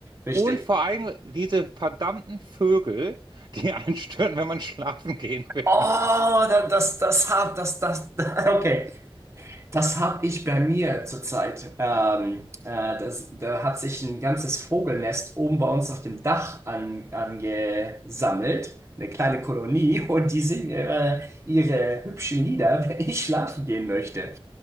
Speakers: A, on the right; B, on the right.
A: richtig.
B: und vor allem diese verdammten Vögel, die <laughs> einen stören, wenn man schlafen gehen will.
A: Oh,
B: <laughs>
A: da- das, das hab, das, das, <laughs> okay. Das habe ich bei mir zurzeit. Ähm, äh, das, da hat sich ein ganzes Vogelnest oben bei uns auf dem Dach an, angesammelt. Eine kleine Kolonie <laughs> und die singen äh, ihre hübschen Lieder, <laughs> wenn ich schlafen gehen möchte.